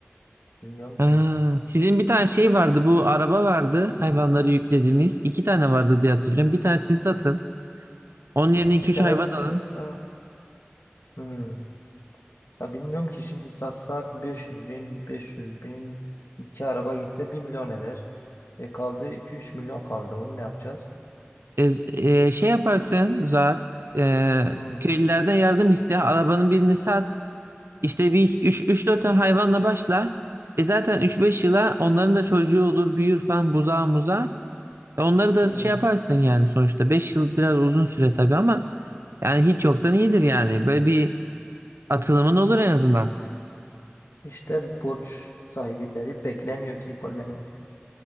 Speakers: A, on the left; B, on the right.
A: Bilmiyorum
B: Aa,
A: ki.
B: sizin bir tane şey vardı. Bu araba vardı.
A: Hı.
B: Hayvanları yüklediğiniz. İki tane vardı diye hatırlıyorum. Bir tanesini satın. Onun
A: Bir
B: yerine iki üç
A: tane
B: hayvan
A: satsak.
B: alın.
A: Hmm. Ya bilmiyorum ki şimdi satsak 500 bin, 500 bin. iki araba gitse bir milyon eder. E kaldı iki üç milyon kaldı. Onu ne yapacağız?
B: E, e, şey yaparsın Suat. E,
A: Hmm.
B: köylülerden yardım iste. Arabanın birini sat. İşte bir üç dört tane hayvanla başla. E zaten üç beş yıla onların da çocuğu olur, büyür falan buzağa muza. E onları da
A: Hmm.
B: şey yaparsın yani sonuçta. 5 yıl biraz uzun süre tabii ama yani hiç yoktan iyidir yani. Böyle bir atılımın olur en azından.
A: İşte borç sahibileri beklemiyor ki beni.